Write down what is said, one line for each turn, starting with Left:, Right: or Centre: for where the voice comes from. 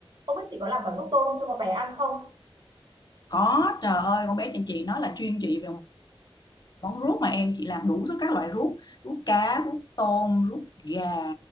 Right: Không biết chị có làm cả ruốc tôm cho con bé ăn không?
Left: Có trời ơi con bé nhà chị nó là chuyên chị về món ruốc mà em chị làm đủ thứ các loại ruốc ruốc cá ruốc tôm ruốc gà